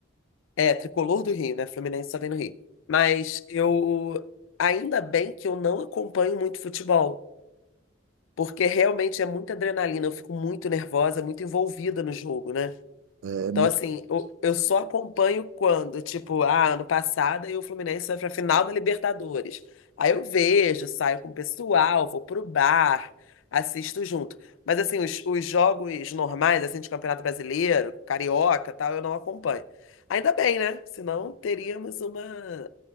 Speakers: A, on the left; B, on the right.
A: É, tricolor do Rio, né? Fluminense só tem no Rio. Mas eu. Ainda bem que eu não acompanho muito futebol, porque realmente é muita adrenalina, eu fico muito nervosa, muito envolvida no jogo, né?
B: É, é
A: Então,
B: muito
A: assim, eu, eu só acompanho quando, tipo, ah, ano passado aí o Fluminense foi pra final da Libertadores. Aí eu vejo, saio com o pessoal, vou pro bar, assisto junto. Mas, assim, os, os jogos normais, assim, de Campeonato Brasileiro, Carioca, tal, eu não acompanho. Ainda bem, né? Senão teríamos uma...